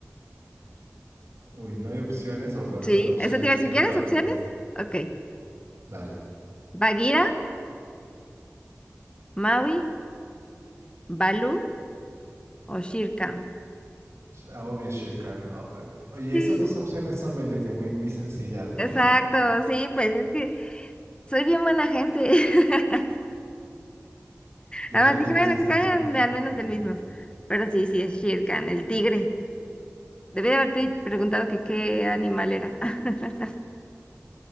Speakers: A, on the right; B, on the left.
A: Uy, no hay opciones, o van
B: Sí,
A: a ser opciones
B: ¿eso te iba a decir?
A: muy
B: ¿Quieres
A: fáciles.
B: opciones? Ok.
A: Dale.
B: ¿Bagheera? Maui, Balú o Shirkan.
A: Ah, Obvio, Shirkan. O- Oye,
B: Sí,
A: esas dos opciones son medio que muy, muy sencillas, ¿no?
B: exacto, sí, pues es que soy bien buena gente. <laughs>
A: Y
B: Además
A: aquí con
B: dije, bueno,
A: mis cosas
B: que sean
A: bien difíciles.
B: de- al menos del mismo. Pero sí, sí, es Shirkan, el tigre. Debí de haberte preguntado que qué animal era. <laughs>